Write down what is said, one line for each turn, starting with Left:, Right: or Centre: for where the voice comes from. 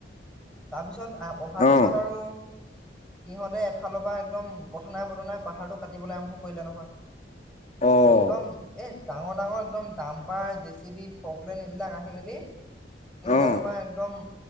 Centre: তাৰপিছত অহাৰ পিছত
Left: অ
Centre: আৰু সিহঁতে এফালৰ পৰা একদম কথনাই বথনাই পাহাৰটো কাটিবলৈ আৰম্ভ কৰিলে নহয়।
Left: অ অ
Centre: একদম এ, ডাঙৰ, ডাঙৰ একদম দাম্পাৰ জে চি বি ফকলে নে বিলাক আহি মেলি স, হৈছে
Left: অ
Centre: তোমাৰ একদম